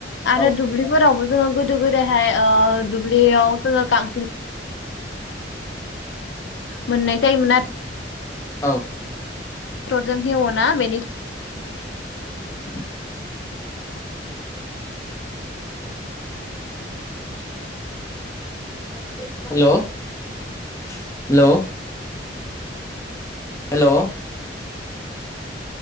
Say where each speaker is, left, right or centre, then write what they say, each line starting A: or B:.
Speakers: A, on the left; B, on the left.
A: आरो
B: औ
A: दुब्लिफोरावबो जोङो गोदो गोदायहाय दुब्लियाव जोङों गांजेमा मोननाय थायोमोन आरो
B: औ
A: ट्रेक्टरजों एवोना बेनि
B: <inaudible> हेल' हेल' हेल'